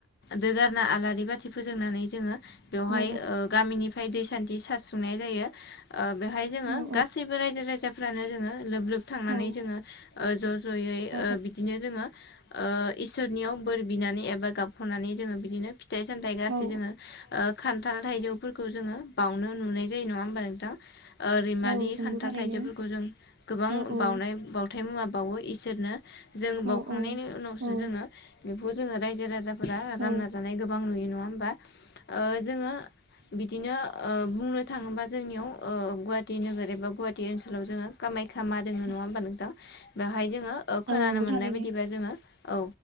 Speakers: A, on the left; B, on the right.
A: दोगारना आलारि बाथि फोजोंनानै जोङो। बेवहाय
B: औ
A: ओ गामिनिफ्राय दै सान्थि सारसुंनाय जायो। बेहाय
B: औ
A: जोङो
B: औ
A: गासैबो रायजो राजाफ्रानो जोङो लोब लोब थांनानै
B: औ
A: जोङो ज' जयै
B: औ
A: बिदिनो जोङो इसोरनियाव बोर बिनानै एबा गाबख'नानै जोङो बिदिनो फिथाइ सामथायाइ गासै
B: औ
A: जोङो खान्थाल थाइजौफोरखौ जोङो बावनो नुनाय जायो नंङा होमबा नोंथां। रैमालि
B: औ नंगौ
A: खान्थाल
B: थारैनो
A: थाइजौफोरखौ जों गोबां
B: औ
A: बावनाय
B: औ
A: बावथाय मुवा बावो इसोरनो जों
B: औ
A: बावउखांनायनि उनावसो जोङो बेखौ जोङो रायजो राजा रानना
B: औ
A: जानाय गोबां नुयो नङा होमबा? ओ जोङो बिदिनो ओ बुंनो थाङोबा जोंनियाव ओ गुवाहाटि नोगोर एबा गुवाहाटि ओनसोलाव जोङो खामाख्या मा दोङो नङा होमबा
B: औ
A: नोंथां बेवहाय जोङो खोनानो
B: नंगौ
A: मोननाय
B: थारैनो
A: बायदिबा जोङो औ